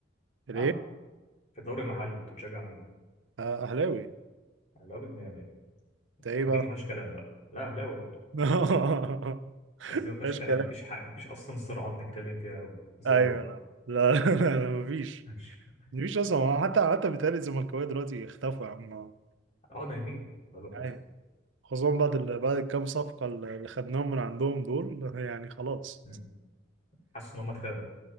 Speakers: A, on the right; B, on the left.
A: ليه؟
B: نعم في الدوري المحلي كنت بتشجع مين
A: آه، أهلاوي
B: اهلاوي 100
A: أنت
B: مش
A: إيه
B: دي
A: بقى؟
B: ما فيهاش كلام بقى لا اهلاوي برضه
A: <laughs>
B: قصدي ما
A: مفيش
B: فيهاش كلام
A: كلام
B: مفيش حاجه مفيش اصلا صراعات نتكلم فيها قوي زي
A: أيوة
B: اوروبا
A: لا لا لا, لا مفيش
B: ماشي
A: مفيش أصلا حتى حتى بيتهيألي الزملكاوية دلوقتي اختفوا يا عم
B: اه نايمين بقاله فتره
A: أيوة خصوصا بعد ال... بعد الكام صفقة اللي خدناهم من عندهم دول يعني خلاص
B: مم. حاسس ان هم اتخانقوا